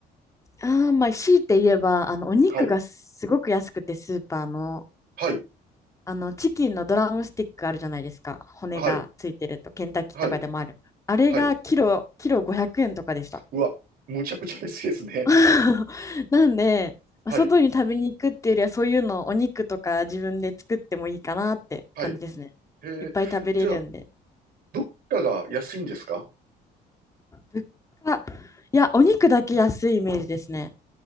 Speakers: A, on the left; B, on the right.
A: あーまあ、強いて言えば、あの、お肉がすごく安くて、
B: はい、
A: スーパーの、
B: はい、
A: あの、チキンのドラムスティックあるじゃないですか。骨がついてると、
B: はい、
A: ケンタッキーとかでもある。
B: はい、
A: あれがキロ、
B: はい。
A: キロ500円とかでした。
B: うわ、むちゃくちゃですですね。
A: <laughs> なんで、まあ外に食べに行くっていうよりは、
B: はい、
A: そういうのをお肉とか自分で作ってもいいかなって感じですね。
B: はい。へ
A: いっぱい食べれるんで。
B: え、じゃあ、物価が安いんですか
A: 物価、いや、お肉だけ安いイメージですね。